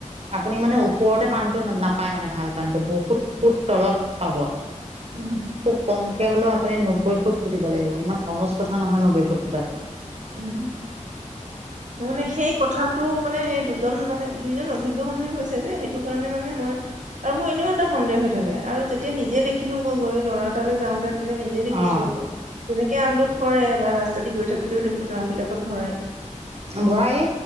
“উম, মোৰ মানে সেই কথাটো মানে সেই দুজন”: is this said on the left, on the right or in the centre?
Right